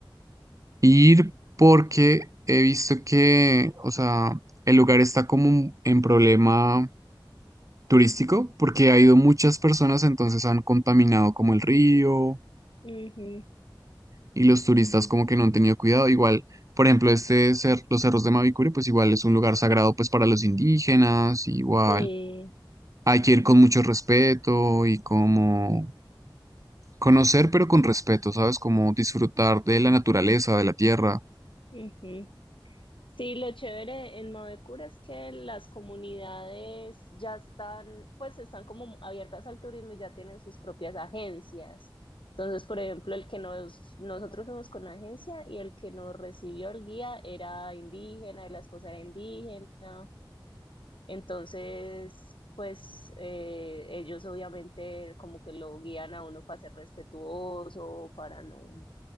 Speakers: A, on the right; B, on the left.
A: ir porque he visto que, o sea, el lugar está como en problema turístico porque ha ido muchas personas, entonces han contaminado como el río
B: Ujú,
A: y los turistas como que no han tenido cuidado. Igual, por ejemplo, este cer- los cerros de Mavicure, pues igual es un lugar sagrado pues para los indígenas, igual
B: Sí.
A: hay que ir con mucho respeto y como conocer pero con respeto, ¿sabes? Como disfrutar de la naturaleza, de la tierra.
B: Ujú. Sí, lo chévere en Mavecura es que las comunidades ya están, pues están como abiertas al turismo y ya tienen sus propias agencias. Entonces, por ejemplo, el que nos, nosotros fuimos con la agencia y el que nos recibió el guía era indígena, y la esposa era indígena. Entonces, pues eh, ellos obviamente como que lo guían a uno para ser respetuoso, para no,